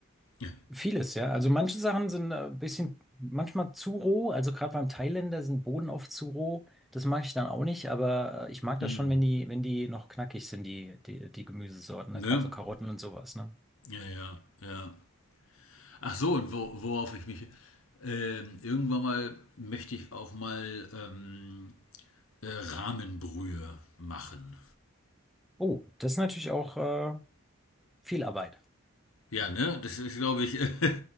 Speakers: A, on the left (about 70°); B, in the centre.
A: Ja.
B: Vieles, ja. Also manche Sachen sind ein bisschen, manchmal zu roh. Also gerade beim Thailänder sind Bohnen oft zu roh. Das mag ich dann auch nicht, aber äh, ich mag
A: Hm.
B: das schon, wenn die, wenn die noch knackig sind, die, die, die Gemüsesorten,
A: Ne?
B: ne? Gerade so Karotten und sowas, ne?
A: Ja, ja, ja. Ach so, und wo, worauf ich mich. Ähm, irgendwann mal möchte ich auch mal ähm, äh, Rahmenbrühe machen.
B: Oh, das ist natürlich auch äh, viel Arbeit.
A: Ja, ne? Das ist, glaube ich, <laughs>